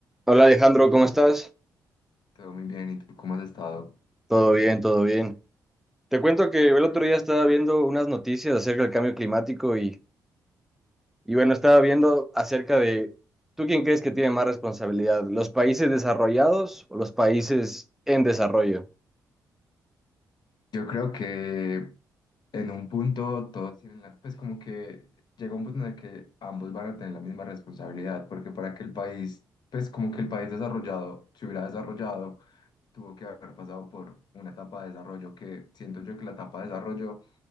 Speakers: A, in the centre; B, on the left.
A: Hola Alejandro, ¿cómo estás?
B: Todo muy bien, ¿y tú cómo has estado?
A: Todo bien, todo bien. Te cuento que el otro día estaba viendo unas noticias acerca del cambio climático y, y bueno, estaba viendo acerca de, ¿tú quién crees que tiene más responsabilidad? ¿Los países desarrollados o los países en desarrollo?
B: Yo creo que en un punto todos tienen la, pues como que llega un punto en el que ambos van a tener la misma responsabilidad, porque para que el país, pues como que el país desarrollado se hubiera desarrollado, tuvo que haber pasado por una etapa de desarrollo que siento yo que la etapa de desarrollo